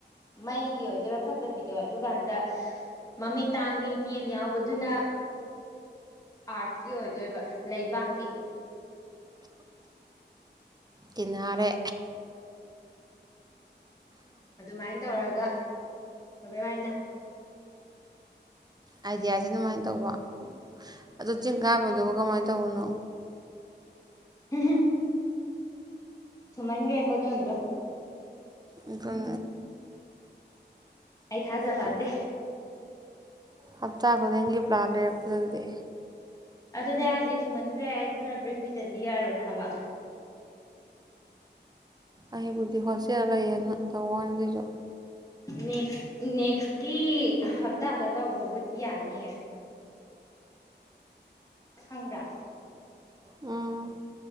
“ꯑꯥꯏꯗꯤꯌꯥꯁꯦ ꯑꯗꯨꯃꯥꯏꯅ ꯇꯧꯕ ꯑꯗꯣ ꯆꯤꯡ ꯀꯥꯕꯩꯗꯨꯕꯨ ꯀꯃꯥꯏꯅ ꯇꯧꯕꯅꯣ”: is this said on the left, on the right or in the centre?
Right